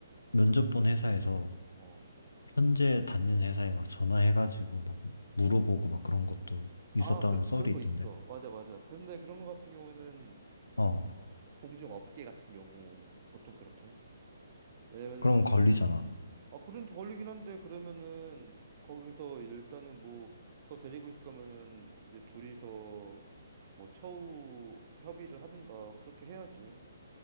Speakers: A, on the left; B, on the right.
A: 면접 본 회사에서
B: 어.
A: 현재 다니는 회사에 막 전화해가지고 막 물어보고 막 그런 것도 있었다는
B: 아, 그런
A: 썰이
B: 그런
A: 있던데.
B: 거 있어. 맞아, 맞아. 그런데 그런 거 같은 경우에는
A: 어,
B: 동종 업계 같은 경우 보통 그렇긴 해. 왜냐면은
A: 그럼 걸리잖아.
B: 아, 그런 더 걸리긴 한데 그러면은 거기서 일단은 뭐 더 데리고 있을 거면은 이제 둘이서 뭐 처우 협의를 하든가 그렇게 해야지.